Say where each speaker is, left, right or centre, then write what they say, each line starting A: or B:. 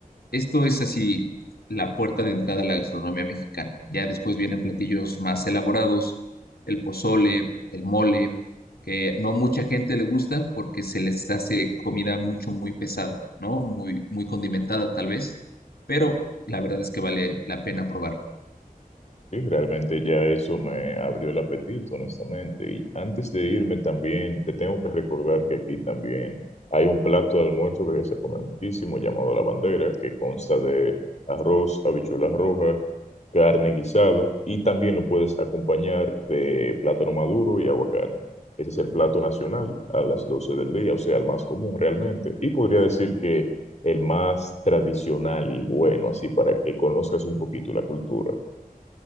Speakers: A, on the left; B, on the left.
A: Esto es así la puerta de entrada a la gastronomía mexicana. Ya después vienen platillos más elaborados, el pozole, el mole, que no mucha gente le gusta porque se les hace comida mucho, muy pesada, ¿no? Muy, muy condimentada tal vez, pero la verdad es que vale la pena probarla.
B: Sí, realmente ya eso me abrió el apetito, honestamente. Y antes de irme también, te tengo que recordar que aquí también hay un plato de almuerzo que se come muchísimo, llamado la bandera, que consta de arroz, habichuelas rojas, carne guisada y también lo puedes acompañar de plátano maduro y aguacate. Ese es el plato nacional a las 12 del día, o sea, el más común realmente. Y podría decir que el más tradicional y bueno, así para que conozcas un poquito la cultura.